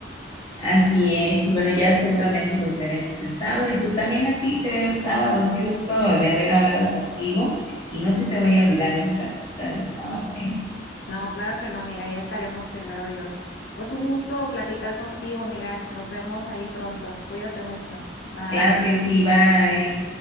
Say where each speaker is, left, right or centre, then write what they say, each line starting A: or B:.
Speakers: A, on the left; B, on the left.
A: Así es, y bueno, ya seguramente los veremos el sábado y pues también a ti te veo el sábado. Qué gusto de haber hablado contigo y no se te vaya a olvidar nuestra cita del sábado, ¿eh?
B: No, claro que no, amiga. Ya estaremos primero, Dios. Pues un gusto platicar contigo, amiga. Nos vemos ahí pronto. Cuídate mucho. Bye.
A: Claro que sí, bye.